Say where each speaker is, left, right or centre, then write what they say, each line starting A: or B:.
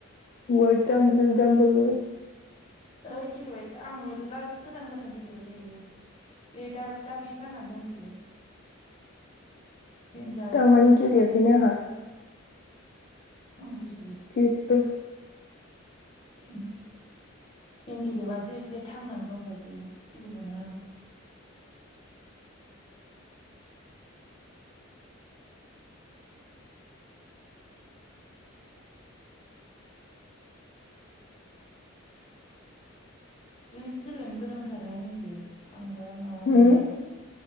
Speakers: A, on the left; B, on the left.
A: वय जामपल जामपय <inaudible>
B: ओइ गेलेबाय आं मेरला गोदान गोदान गेलेबाय थायो बे दा दा बे जानानै दंथ'यो। देनजार
A: गामानि दयाखैनाहा <inaudible>
B: अग <inaudible>
A: जेबो।
B: ओम गेम गेलेबासो एसे थांनानै दंबायदि फिल मोनो आंहा। जि गेलेनो गोरोंथाराहाय नै बियो। आं दा माबा
A: होम
B: मोननाया